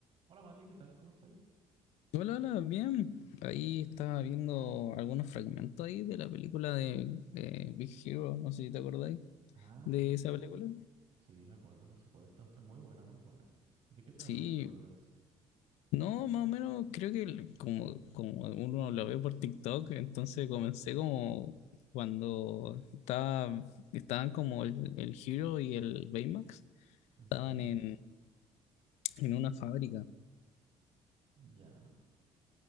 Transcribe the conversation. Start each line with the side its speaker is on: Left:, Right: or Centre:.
Right: Hola Mati, ¿qué tal? ¿Cómo estáis?
Left: Hola, hola, bien. Ahí estaba viendo algunos fragmentos ahí de la película de, de Big Hero, no sé si te acordáis
Right: Ah,
Left: de
Right: sí, sí,
Left: esa
Right: sí.
Left: película.
Right: Sí, me acuerdo, por supuesto. Es muy buena, muy buena. ¿De qué fragmento
Left: Sí,
Right: ibas?
Left: no, más o menos creo que el- como, como uno lo ve por TikTok, entonces comencé como cuando estaba, estaban como el, el Hero y el Baymax,
Right: Ujú,
Left: estaban en, en una fábrica.
Right: Ya.